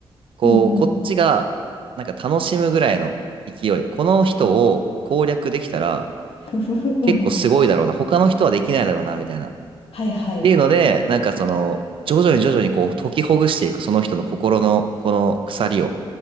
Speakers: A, on the right (about 65°); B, on the left (about 85°).
A: こう、
B: うんうん。
A: こっちが、なんか楽しむぐらいの勢い、この人を攻略できたら、
B: ふふふ、うん。
A: 結構すごいだろうな、他の人はできないだろうな、みたいな。っ
B: はいはい。
A: ていうので、なんかその、徐々に徐々にこう、解きほぐしていく、その人の心の、この鎖を。